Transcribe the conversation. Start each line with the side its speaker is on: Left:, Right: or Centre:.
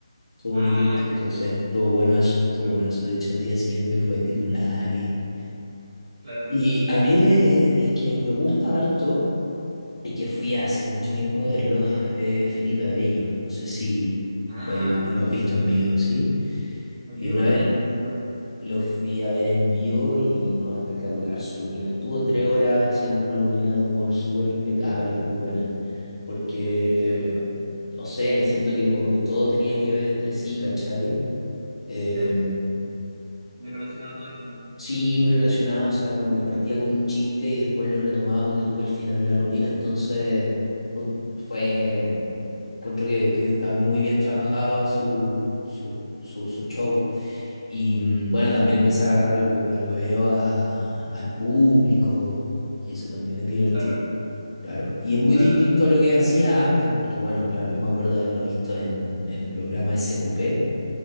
Left: Estuvo
Right: Ah,
Left: muy divertido,
Right: ya,
Left: entonces
Right: sí, sí,
Left: estuvo
Right: sí.
Left: bueno eso,
Right: Sí,
Left: estuvo
Right: me acuerdo.
Left: bueno eso. De hecho, al día siguiente fue titular y,
Right: Claro.
Left: y a mí eh, el que me gusta harto y que fui hace mucho tiempo a verlo es Felipe Abello. No sé si
Right: Ah,
Left: lo, hay- lo
Right: sí lo
Left: has
Right: digo,
Left: visto
Right: sí
Left: en
Right: lo digo.
Left: vivo, ¿sí?
Right: En
Left: Y
Right: vivo
Left: una
Right: no,
Left: vez
Right: pero sí lo digo.
Left: lo fui a ver en vivo y no, espectacular su rutina. Estuvo tres horas haciendo una rutina de humor súper impecable, muy buena, porque,
Right: Ya,
Left: no sé, siento que como que todo tenía que ver entre sí, ¿cachai? Eh,
Right: ya. Me relacionaba todo el humor.
Left: sí, muy relacionado, o sea, como que partía con un chiste y después lo retomaba, ponte tú que al final de la rutina, entonces put- fue, encuentro que, que está muy bien trabajado su, su, su, su show. Y mm, bueno, también empieza a agarrar el, hue- el hueveo a- al público y eso también es divertido.
Right: Claro,
Left: Claro, y es muy
Right: claro.
Left: distinto a lo que hacía antes, porque bueno, claro, yo me acuerdo de haberlo visto en, en el programa SQP